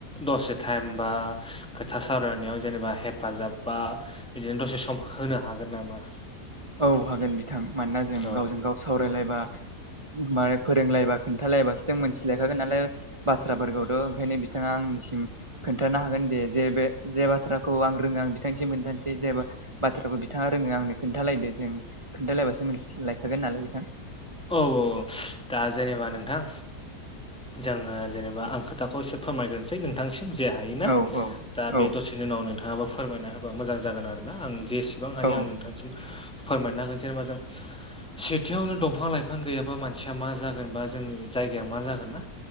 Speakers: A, in the centre; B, on the right.
A: दसे थाइम बा खोथा सावरायनायाव जेनेबा हेफाजाब बा इदिनो दसे सम होनो हागोन नामा?
B: औ हागोन बिथां मानोना जों
A: औ
B: गावजों गाव सावरायलायबा माने फोरोंलायबा खोन्थालायबासो जों मोनथिलायखागोन नालाय बाथ्राफोरखौथ' ओंखायनो बिथाङा आंनिसिम खोन्थानो हागोन दे जे बे जे बाथ्राखौ आं रोङा बिथांनिसिम खोनथानोसै जेनेबा बाथ्राखौ बिथाङा रोङो आंनो खोन्थालायदो जों खोन्थालायबासो मिथिलायखागोन नालाय बिथां
A: औ औ अ दा जेनेबा नोंथां जोङो जेनेबा आं खोथाखौ एसे फोरमायग्रोन सै नोंथांनिसिम जे हायोना
B: औ औ
A: दा बे
B: औ
A: दसेनि उनाव नोंथाङाबो फोरमायना होब ओ मोजां जागोन आरोना आं जेसेबां हायो
B: औ
A: आं नोंथांनिसिम फोरमायनो हागोन जेनबा जों सेथियावनो दं बिफां लाइफां गैयाबा मानसिया मा जागोन बा जोंनि जायगाया मा जागोन ना